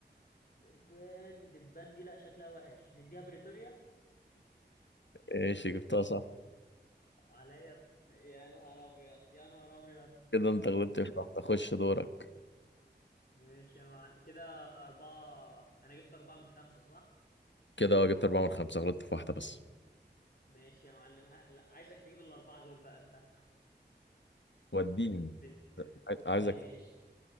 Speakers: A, on the left; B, on the left.
A: دبان دبان دي لا شكلها وحش نديها بريتوريا
B: ماشي جبتها صح
A: عليا يا نهار ابيض يا نهار ابيض
B: كده انت غلطت في واحدة خش دورك
A: ماشي يا معلم كده أربعة أنا جبت أربعة من خمسة صح؟
B: كده اه جبت أربعة من خمسة غلطت في واحدة بس
A: ماشي يا معلم ها... لا عايزك تجيب الأربعة دول بقى أنت
B: وديني
A: ب... ب...
B: عايزك
A: ماشي